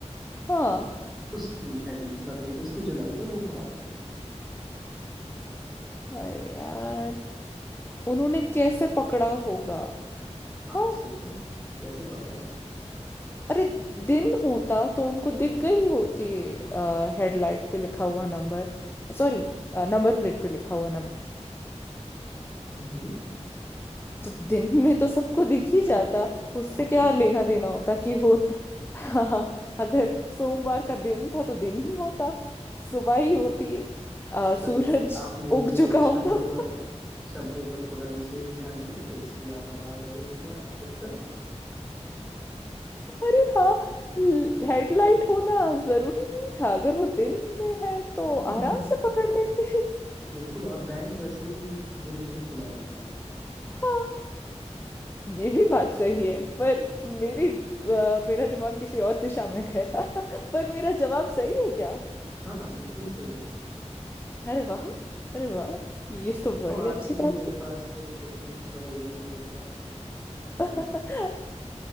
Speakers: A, on the left; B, in the centre.
A: हाँ
B: उसकी हेड मतलब उसकी जो लाइट है वो खराब थी
A: अरे यार उन्होंने कैसे पकड़ा होगा
B: हाँ
A: हाँ
B: सोचो कैसे पकड़ा होगा
A: अरे दिन होता तो उनको दिख गई होती हेडलाइट पे लिखा हुआ नंबर सॉरी नंबर प्लेट पे लिखा हुआ
B: हम्म
A: तो दिन में तो सबको दिख ही जाता उससे क्या
B: <laughs>
A: लेना देना होता कि वो <laughs> हाँ, अगर सोमवार का दिन था तो दिन ही होता सुबह ही होती आ,
B: चलो
A: सूरज
B: आपने मेरे
A: उग चुका होता
B: शब्दों
A: <laughs>
B: पर शब्दों पर थोड़ा विशेष ध्यान दिया तो इसलिए आप बता पाए इसका उत्तर
A: अरे हाँ हेडलाइट होना जरूरी नहीं था अगर वो दिन में है तो
B: <laughs>
A: आराम से पकड़ लेते <laughs>
B: बिल्कुल और बैंक वैसे भी दिन में ही खुला रहता है
A: हाँ ये भी बात सही है पर मेरी आ, मेरा दिमाग किसी और दिशा में गया <laughs> पर मेरा जवाब सही है क्या
B: हाँ हाँ बिल्कुल सही है
A: अरे वाह अरे वाह ये तो बड़ी
B: तो आज
A: अच्छी
B: के लिए
A: बात
B: मेरे पास सिर्फ इतने ही पहेलियां थी उनका मैं
A: है